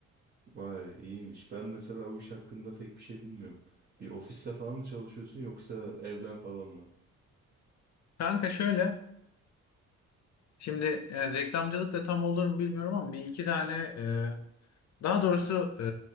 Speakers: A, on the right (about 35°); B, on the left (about 65°).
A: Vay iyiymiş. Ben mesela o iş hakkında pek bir şey bilmiyorum. Bir ofiste falan mı çalışıyorsun yoksa evden falan mı?
B: Kanka şöyle şimdi yani reklamcılık da tam olur mu bilmiyorum ama bir iki tane e, daha doğrusu e,